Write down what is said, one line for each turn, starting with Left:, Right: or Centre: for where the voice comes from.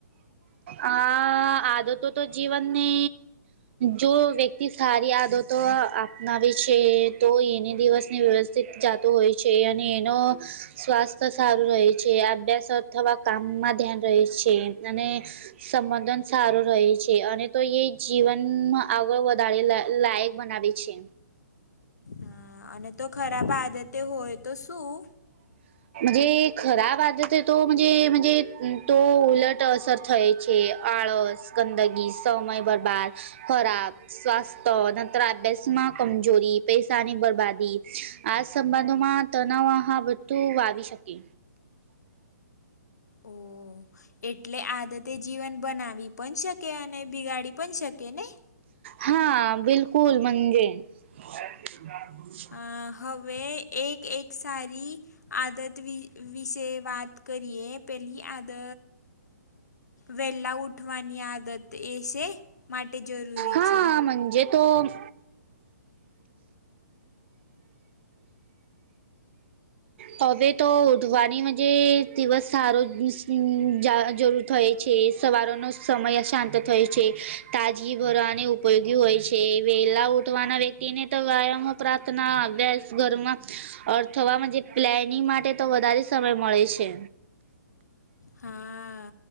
Right: આ આદતો તો જીવનને જો વ્યક્તિ સારી આદતો તો અનાવે છે તો એને દિવસને વ્યવસ્થિત જાતો હોય છે અને એનો સ્વાસ્થ્ય સારું રહે છે અભ્યાસ અથવા કામમાં ધ્યાન રહે છે અને સંબંધન સારું રહે છે અને તો એ, જીવનમાં આગળ વધારે લાયક બનાવે છે.
Left: હા અને તો ખરાબ આદતે હોય તો શું?
Right: જે ખરાબ આદત તો મજે મજે તો ઉલટ અસર થાય છે. આળસ, ગંદગી, સમય બરબાદ, ખરાબ સ્વાસ્થ્ય, <unintelligible> સ માં કમજોરી પૈસાની બરબાદી, આ સંબંધોમાં, તનાવા હ બધું આવી શકે.
Left: ઓ એટલે આદતે જીવન બનાવી, પણ શકે અને, બિગાડી પણ શકે ને.
Right: હા બિલકુલ મજે, <unintelligible> હ,
Left: અ હવે એક એક સારી, આદત વિ વિશે વાત કરીએ, પેહલી આદત, વહેલા ઉઠવાની આદત એ છે, માટે જરૂરી
Right: હા
Left: છે.
Right: તો, હવે તો ઉઠવાની મજે દિવસ સારો, જા જરૂત હોય છે સવારોનો સ સમય શાંત થાય છે, તાજગી ભરવાની ઉપયોગી હોય છે, વેલા ઉઠવાના વ્યક્તિ ને તો વ્યાયામ પ્રાર્થના અભ્યાસ ઘરમાં અ થવા મજે, પ્લેનિંગ માટે તો વધારે સમય મળે છે.
Left: હા